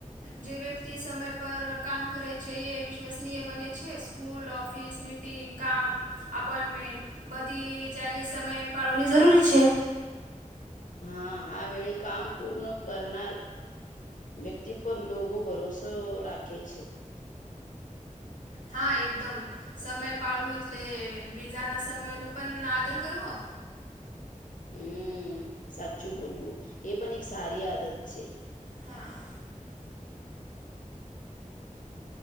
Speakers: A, on the right; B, on the left.
A: જે વ્યક્તિ સમય પર કામ કરે છે એ વિશ્વસનીય બને છે સ્કૂલ ઓફિસ મીટિંગ કામ અપોઈન્ટમેન્ટ બધી જગે સમય પાળવાની જરૂરી છે.
B: હા હા વ કામ પૂર્ણ કરના વ્યક તિ પર લોકો ભરોસો રાખે છે
A: હા એકદમ સમય પાળવું એટલે બીજાના સમયનો પણ આદર કરવો.
B: હમ સાચું બોલવું એ પણ એક સારી આદત છે
A: હા